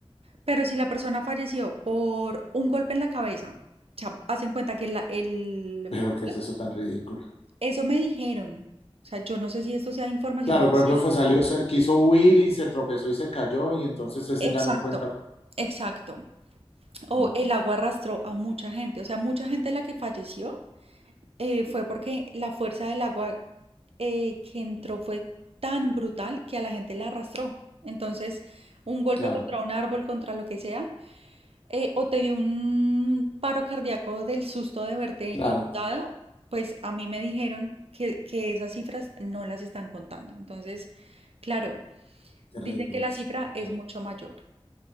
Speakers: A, on the right; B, on the left.
A: Pero si la persona falleció por un golpe en la cabeza, o sea, hacen cuenta que la- el,
B: pero ¿qué
A: la-
B: es eso tan ridículo?
A: eso me dijeron. O sea, yo no sé si esto sea información
B: Claro,
A: oficial.
B: por ejemplo, fue salió, se- quiso huir y se tropezó y se cayó y entonces ese
A: Exacto,
B: ya no cuenta.
A: exacto. O
B: Mm,
A: el agua arrastró a mucha gente, o sea, mucha gente la que falleció eh, fue porque la fuerza del agua eh, que entró fue tan brutal que a la gente la arrastró. Entonces, un golpe
B: Claro,
A: contra un árbol, contra lo que sea, eh, o te dio un paro cardíaco del susto de verte
B: claro,
A: inundado, pues a mí me dijeron que, que esas cifras no las están contando. Entonces, claro,
B: qué
A: dicen
B: ridículo
A: que la
B: es.
A: cifra
B: Ok.
A: es mucho mayor.